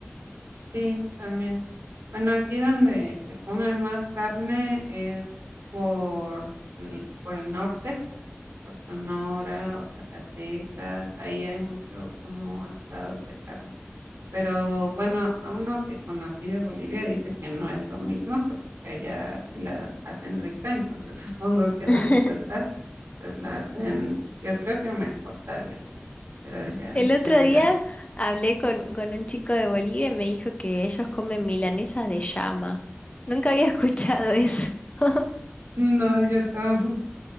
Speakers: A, on the right (about 85°); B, on the left (about 30°).
A: Sí, también. Bueno, aquí donde se come más carne es por, l- por el norte, por Sonora o Zacatecas. Ahí hay mucho como asados de carne. Pero bueno, a uno que conocí de Bolivia dice que no es lo mismo, que porque allá sí la hacen rica, entonces <laughs> supongo que
B: <laughs>
A: donde tú estás, pues la hacen, yo creo que mejor tal vez, pero ya
B: El
A: se
B: otro
A: verá.
B: día hablé con, con un chico de Bolivia y me dijo que ellos comen milanesas de llama. Nunca había escuchado eso. <laughs>
A: No, yo tampoco,